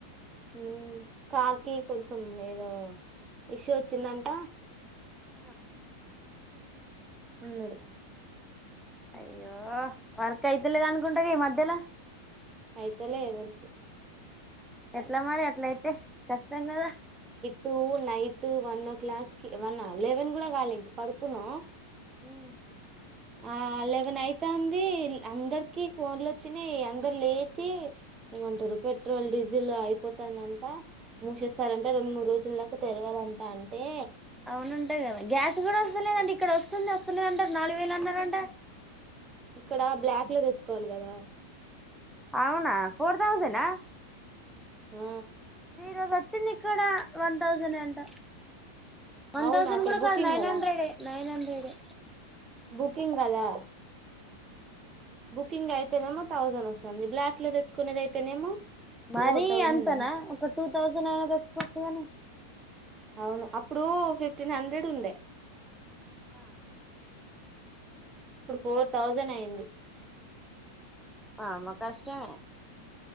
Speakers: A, on the right; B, in the centre.
A: ఉమ్ కాల్కి కొంచెం ఏదో ఇష్యూ వచ్చిందంట
B: ఆ
A: ఉన్నడు
B: అయ్యో వర్క్ అయితేలేద అనుకుంటగా ఈ మధ్యలో
A: అయితలె ఎవర్కి
B: ఎట్ల మరి అట్ల అయితే కష్టం గదాహ్
A: tonight one o'clock కి వన్వ లెవెన్ కూడా కాల ఇంక పడుతున్నా
B: ఉమ్
A: ఆ లెవెన్ అయితాంది అందరికి ఫోన్లు వచ్చినాయి అందరు లేచి ఏమంటారు పెట్రోల్ డీజిల్ అయిపోతు తాంది అంట ముసెస్త సరే అంటే రెండు మూడు రోజుల్లోకు తెరవాలంటా అంటే
B: అవునుంటాయి కదా గ్యాస్ కూడా వస్తు లేదండి ఇక్కడ వస్తుంది వంది స్తులేదంటారు నాలుగు వేలు అన్నారంట
A: ఇక్కడ బ్లాక్ లో తెచ్చ కోవాలి కదా
B: అవునా ఫోర్ తథౌసండ్
A: ఆ
B: ఈరోజ వచ్చింది ఇక్కడ వన్ థౌసండ్ అంట వన్
A: అవును
B: థౌసండ్
A: అక్కడ
B: కూడా
A: బుకింగ్
B: కాదు నైన్
A: కదా
B: హండ్రెడ్ నైన్ హండ్రెడ్ వడు
A: కుకింగ్ కదా బుకింగ్ అయితేనేమో థౌసండ్ వస్తుంది బ్లాక్ లో తెచ్చుకునేది అయితేనేమో
B: మరీ
A: ఫోర్ థౌజండ్
B: అంతనా
A: అట
B: ఒక టూ థౌజండ్ అనా తెచ్చుకోవచ్చు కాని
A: అవును అప్పుడు ఫిఫ్టీన్ హండ్రెడ్ ఉండే
B: ఆ
A: ఇప్పుడు ఫోర్ థౌజండ్ అయింది
B: ఆమ్మ కష్టమే